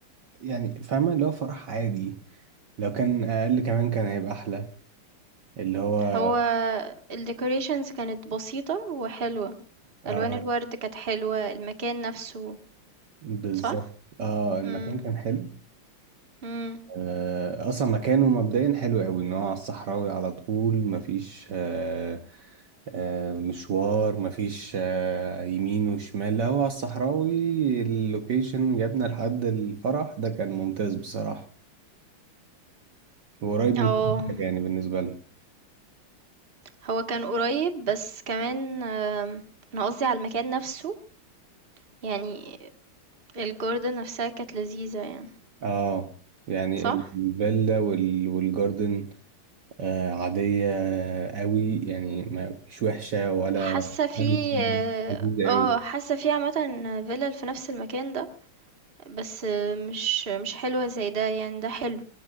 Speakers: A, on the right; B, on the right.
A: يعني فاهمة اللي هو فرح عادي لو كان أقل كمان كان هيبقى أحلى اللي هو
B: هو الديكوريشنز كانت بسيطه وحلوه
A: اه
B: الوان الورد كانت حلوه المكان نفسه
A: بالظبط
B: صح
A: اه المكان
B: امم
A: كان حلو
B: امم
A: آه اصلا مكانه مبدئيا حلو قوي ان هو على الصحراوي على طول مفيش آه آه مشوار مفيش آه يمين وشمال لا هو على الصحراوي اللوكيشن جابنا لحد الفرح ده كان ممتاز بصراحة وقريب من
B: اه
A: كل حاجة يعني بالنسبة لنا
B: هو كان قريب بس كمان آم، انا قصدي على المكان نفسه يعني الجوردن نفسها كانت لذيذه يعني
A: اه يعني
B: صح
A: الفيلا وال- والجاردن آه، عادية قوي يعني ما مش وحشة ولا
B: حاسة في
A: فانسي لذيذة
B: آه،
A: قوي
B: حاسة في عامةً فيلل في نفس المكان ده، بس مش مش حلوة زي ده يعني ده حلو،